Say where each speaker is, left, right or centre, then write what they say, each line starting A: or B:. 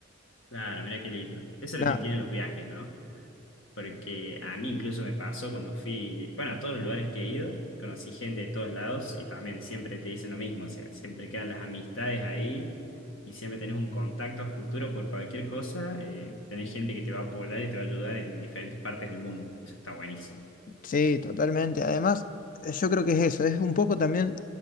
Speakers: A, on the left (about 70°); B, on the left (about 40°).
A: Claro, mira qué lindo. Eso es
B: Nada.
A: lo que tienen los viajes, ¿no? Porque a mí incluso me pasó cuando fui, bueno, a todos los lugares que he ido, conocí gente de todos lados y también siempre te dicen lo mismo, o sea, siempre quedan las amistades ahí y siempre tenés un contacto a futuro por cualquier cosa, eh, tenés gente que te va a apoyar y te va a ayudar en diferentes partes del mundo. Eso está buenísimo.
B: Sí, totalmente. Además, eh, yo creo que es eso, es un poco también